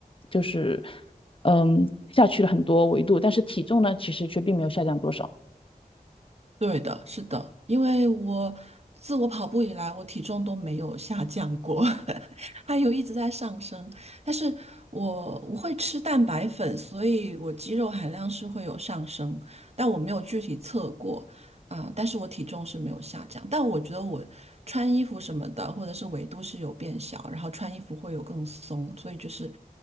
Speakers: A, on the left; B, on the right.
A: 就是嗯下去了很多维度，但是体重呢其实却并没有下降多少，
B: 对的，是的，因为我自我跑步以来，我体重都没有下降过，<laughs> 还有一直在上升。但是我我会吃蛋白粉，所以我肌肉含量是会有上升，但我没有具体测过啊、但是我体重是没有下降，但我觉得我穿衣服什么的，或者是维度是有变小，然后穿衣服会有更松，所以就是